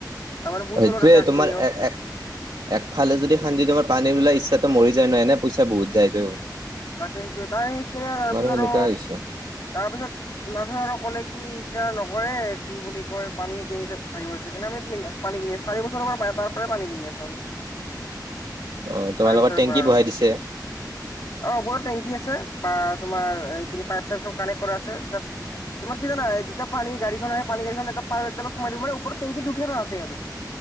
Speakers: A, on the left; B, on the right.
A: তাৰ মানে বহুত
B: সেইটোৱে
A: তলত আছে আগপিনেও
B: তোমাৰ এক-এক একফালে যদি খান্দি তোমাৰ পানী ওলাই ইচ্ছাটো মৰি যায় নহয় এনে পইচা বহুত যায়তো।
A: তাক তাই ক তাৰ পিছত ত
B: সেনেকুৱা
A: আৰু
B: হৈছে
A: তাৰপিছত। নাথে আৰু ক'লে কি এতিয়া নকৰে কি বুলি কয় পানী কিনি ভিবছে কিনে আমি পিন্ধা। পানী কিনি আ চাৰি বছৰ পৰা পায় তাৰ পৰা পানী কিনি আছো।
B: অ তোমালোকৰ
A: চাৰি বছৰৰ
B: টেংকি
A: পৰা আৰু।
B: বহাই দিছে
A: অ, ওপৰত টেংকি আছে বা তোমাৰ এই পইপ কানেক্ট কৰা আছে। যা তোমাৰ কি‌ জানা যেতিয়া পানী গাড়ী আহে পানী গড়ীখন এ পাল সোমাই দিবান পৰত টেংকি উে যাতে আৰু।